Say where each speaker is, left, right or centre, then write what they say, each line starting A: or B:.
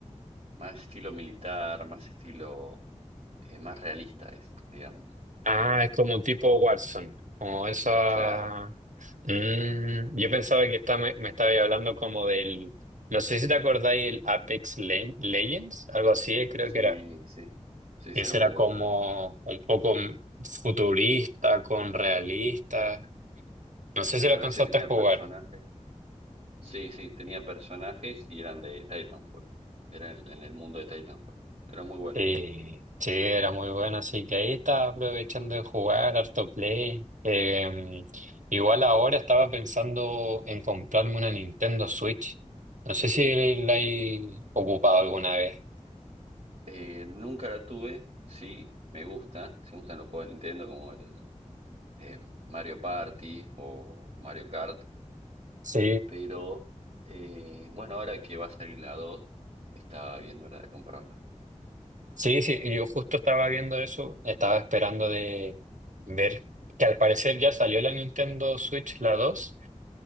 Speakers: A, on the right; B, on the right.
A: Más estilo militar, más estilo, eh, más realista es, digamos.
B: Ah, es como un tipo Watson, como esa...
A: Claro,
B: Mm, yo pensaba que está, me, me estaba hablando como del... No sé si te acordáis el Apex Le- Legends, algo así, eh, creo
A: sí,
B: que era.
A: sí, sí, ese
B: Que ese
A: era muy
B: era
A: bueno.
B: como un poco futurista, con realista. No sé
A: Claro,
B: si lo alcanzaste
A: ese tenía
B: a jugar.
A: personajes, sí, sí, tenía personajes y eran de Titanfall, era en, en el mundo de Titanfall, era muy bueno.
B: Sí, sí, era muy bueno, así que ahí estaba aprovechando de jugar, harto play. Eh, igual ahora estaba pensando en comprarme una Nintendo Switch. No sé si la he ocupado alguna vez.
A: Eh, nunca la tuve, sí, me gusta, sí me gustan los juegos de Nintendo como el eh, Mario Party o Mario Kart,
B: Sí,
A: pero eh, bueno, ahora que va a salir la 2 estaba viendo la de comprarla
B: sí, sí, yo justo estaba viendo eso, estaba esperando de ver que al parecer ya salió la Nintendo Switch, la dos.